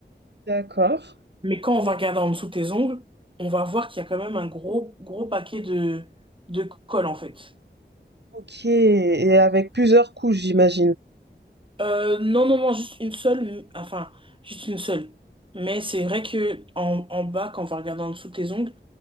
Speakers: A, on the right (about 65°); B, on the right (about 25°).
A: D'accord.
B: Mais quand on va regarder en dessous de tes ongles, on va voir qu'il y a quand même un gros, gros paquet de, de colle, en fait.
A: OK et avec plusieurs couches, j'imagine?
B: Euh, non, non, non, juste une seule, m- enfin, juste une seule. Mais c'est vrai que en, en bas, quand on va regarder en dessous de tes ongles,